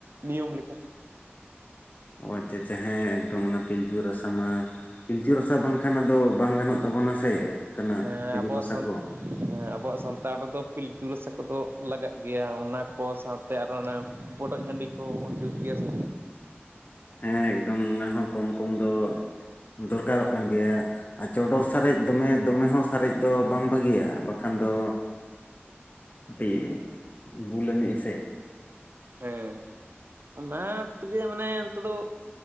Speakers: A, on the right; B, on the left.
A: ᱱᱤᱭᱚᱢ ᱞᱮᱠᱟ᱾
B: ᱚ ᱟᱪᱪᱷᱟ ᱟᱪᱪᱷᱟ ᱦᱮᱸ ᱮᱠᱫᱚᱢ ᱚᱱᱟ ᱯᱤᱞᱪᱩ ᱨᱟᱥᱟ ᱢᱟ ᱯᱤᱞᱪᱩ ᱨᱟᱥᱟ ᱵᱟᱝᱠᱷᱟᱱ ᱟᱫᱚ ᱵᱟᱝ ᱜᱟᱱᱚᱜ ᱛᱟᱵᱚᱱᱟ ᱥᱮ ᱚᱱᱠᱟᱱᱟᱜ
A: ᱦᱮᱸ
B: ᱯᱩᱡᱟᱹ
A: ᱟᱵᱚ
B: ᱯᱟᱥᱟ
A: ᱥᱟᱱ
B: ᱠᱚ
A: ᱦᱮᱸ ᱟᱵᱚᱣᱟᱜ ᱥᱟᱱᱛᱟᱲ ᱨᱮᱫᱚ ᱯᱤᱞᱪᱩ ᱨᱟᱥᱟ ᱠᱚᱫᱚ ᱞᱟᱜᱟᱜ ᱜᱮᱭᱟ ᱚᱱᱟ ᱠᱚ ᱥᱟᱶ ᱛᱮ ᱟᱨᱚ ᱚᱱᱮ ᱵᱚᱰᱚᱡ ᱦᱟᱺᱰᱤ ᱠᱚ ᱵᱚᱱ ᱡᱩᱛ ᱜᱮᱭᱟ ᱥᱮ᱾
B: ᱦᱮᱸ ᱮᱠᱫᱚᱢ ᱚᱱᱟ ᱦᱚᱸ ᱠᱚᱢ ᱠᱚᱢ ᱫᱚ ᱫᱚᱨᱠᱟᱨᱚᱜ ᱠᱟᱱ ᱜᱮᱭᱟ᱾ ᱟᱨ ᱪᱚᱰᱚᱨ ᱥᱟᱨᱮᱡ ᱫᱚᱢᱮ ᱫᱚᱢᱮ ᱦᱚᱸ ᱥᱟᱨᱮᱡ ᱫᱚ ᱵᱟᱝ ᱵᱷᱟᱹᱜᱤᱭᱟ ᱵᱟᱠᱷᱟᱱ ᱫᱚ ᱠᱟᱹᱴᱤᱡ ᱵᱩᱞ ᱟᱹᱱᱤᱡ-ᱟ ᱥᱮ᱾
A: ᱦᱮᱸ ᱚᱱᱟ ᱛᱮᱜᱤ ᱢᱟᱱᱮ ᱱᱚᱛᱮ ᱫᱚ